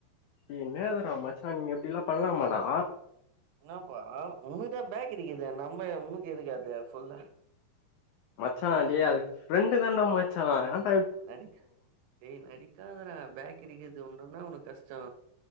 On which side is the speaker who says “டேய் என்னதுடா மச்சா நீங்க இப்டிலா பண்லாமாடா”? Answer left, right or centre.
Left